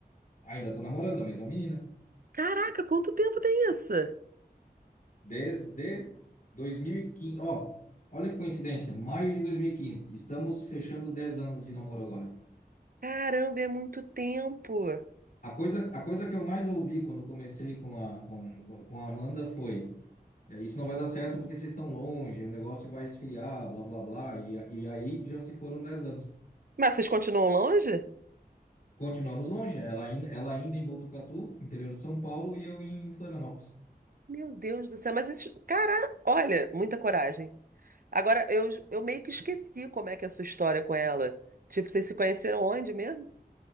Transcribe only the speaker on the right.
Caraca, quanto tempo tem isso?
Caramba, é muito tempo.
Mas vocês continuam longe?
Meu Deus do céu, mas isso, cara, olha, muita coragem. Agora, eu, eu meio que esqueci como é que é a sua história com ela. Tipo, vocês se conheceram onde mesmo?